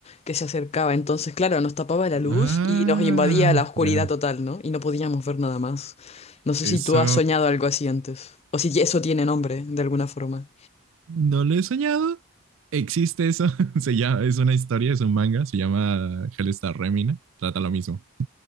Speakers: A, on the left; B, on the right.
A: que se acercaba. Entonces, claro, nos tapaba la luz
B: ah,
A: y nos invadía la oscuridad
B: ya.
A: total, ¿no? Y no podíamos ver nada más. No sé
B: Eso
A: si tú has soñado algo así antes, o si eso tiene nombre de alguna forma.
B: no lo he soñado. Existe eso. <laughs> Se llama, es una historia, es un manga, se llama Hellstar Remina. Trata lo mismo.